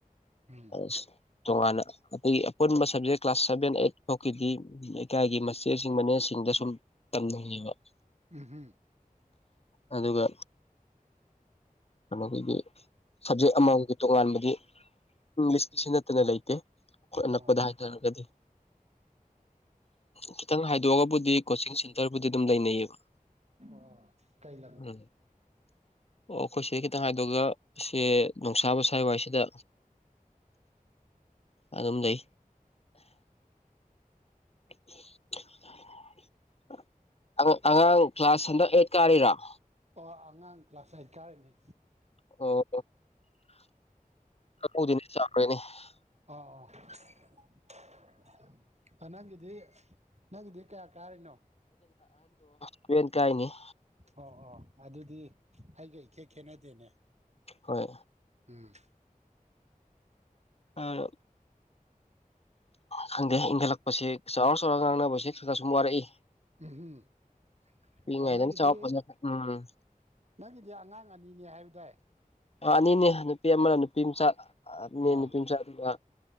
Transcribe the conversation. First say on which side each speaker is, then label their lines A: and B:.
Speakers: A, on the right; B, on the left.
A: ꯎꯝ
B: ꯑꯁ ꯇꯣꯉꯥꯟꯅ ꯑꯇꯩ ꯑꯄꯨꯟꯕ ꯁꯕꯖꯦꯛ ꯀ꯭ꯂꯥꯁ ꯁꯚꯦꯟ ꯑꯩ <unintelligible> ꯂꯩꯀꯥꯏꯒꯤ ꯃꯆꯦꯁꯤꯡ ꯃꯅꯦꯁꯤꯡꯗ ꯁꯨꯝ ꯇꯝꯅꯩꯌꯦꯕ
A: ꯎꯝ ꯍꯝ
B: ꯑꯗꯨꯒ ꯀꯅꯣꯒꯤꯗꯤ ꯁꯕꯖꯦꯛ ꯑꯃꯃꯝꯒꯤ ꯇꯣꯉꯥꯟꯕꯗꯤ ꯏꯪꯂꯤꯁꯀꯤꯁꯤ ꯅꯠꯇꯅ ꯂꯩꯇꯦ ꯑꯈꯣꯢ ꯑꯅꯛꯄꯗ
A: ꯑꯣ
B: ꯍꯥꯏꯇꯥꯔꯒꯗꯤ ꯈꯤꯇꯪ ꯍꯥꯏ ꯗꯣꯛꯑꯕꯨꯗꯤ ꯀꯣꯆꯤꯡ ꯁꯦꯟꯇꯔꯕꯨꯗꯤ ꯑꯗꯨꯝ ꯂꯩꯅꯩꯌꯦꯕ
A: ꯑꯣ ꯀꯩ ꯂꯝꯗ
B: ꯎꯝ ꯑꯣ ꯈꯣꯏ ꯁꯤꯗꯩ ꯈꯤꯇꯪ ꯍꯥꯏꯗꯣꯑꯒ ꯁꯦ ꯅꯣꯡꯁꯥꯕ ꯁ꯭ꯋꯥꯥꯏ ꯋꯥꯏꯁꯤꯗ ꯑꯗꯨꯝ ꯅꯩ <inaudible> ꯑ ꯑꯉꯥꯡ ꯀ꯭ꯂꯥꯁ ꯍꯟꯗꯛ ꯑꯩꯠ ꯀꯥꯔꯤꯔꫭ
A: ꯑꯣ ꯑꯉꯥꯡ ꯀ꯭ꯂꯥꯁ ꯑꯥꯏꯠ ꯀꯥꯔꯤꯅꯤ
B: <unintelligible> <unintelligible>
A: ꯑꯥꯎ <unintelligible> ꯅꯪꯒꯤꯗꯤ ꯅꯪꯒꯤꯗꯤ ꯀꯌꯥ ꯀꯥꯔꯤꯅꯣ
B: <unintelligible> ꯀꯥꯏꯅꯦ
A: ꯑꯣ ꯑꯣ ꯑꯗꯨꯗꯤ ꯑꯩꯒ ꯏꯈꯦꯠ ꯈꯦꯠꯅꯗꯦꯅꯦ
B: ꯍꯣꯏ
A: ꯎꯝ
B: ꯑ ꯈꯪꯗꯦ ꯏꯪꯈꯠꯂꯛꯄꯁꯦ ꯆꯥꯎꯔ ꯆꯥꯎꯔꯒ ꯉꯥꯡꯅꯕꯁꯦ ꯈꯔ ꯈꯔ ꯁꯨꯝ ꯋꯥꯔꯏ
A: <unintelligible>
B: ꯄꯤꯛꯏꯉꯩꯗꯅ
A: ꯑ ꯅꯪꯒꯤꯗꯤ
B: ꯆꯥꯎꯔ ꯐꯖ ꯎꯝ
A: ꯅꯪꯒꯤꯗꯤ ꯑꯉꯥꯡ ꯑꯅꯤꯅꯦ ꯍꯥꯏꯕꯗꯥꯏ
B: ꯑꯅꯤꯅꯦ ꯅꯨ ꯄꯤ ꯑꯃꯅ ꯅꯨꯄꯤ ꯃꯆꯥ <unintelligible>
A: ꯑꯥ
B: ꯅꯨꯄꯤ ꯃꯆꯥ ꯑꯗꯨꯒ